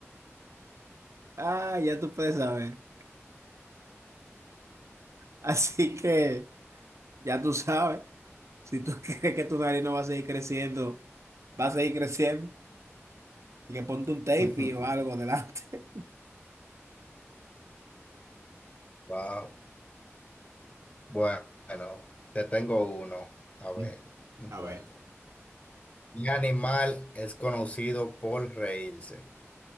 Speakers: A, on the right (about 80°); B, on the left (about 30°).
A: Ah, ya tú puedes saber. Así que ya tú sabes. Si tú <laughs> crees que tu nariz no va a seguir creciendo, va a seguir creciendo. Así que ponte un tape
B: <laughs>
A: y o algo delante.
B: Wow. Bueno, te tengo uno. A ver,
A: <laughs>
B: un
A: A
B: juego.
A: ver,
B: Mi animal es conocido por reírse.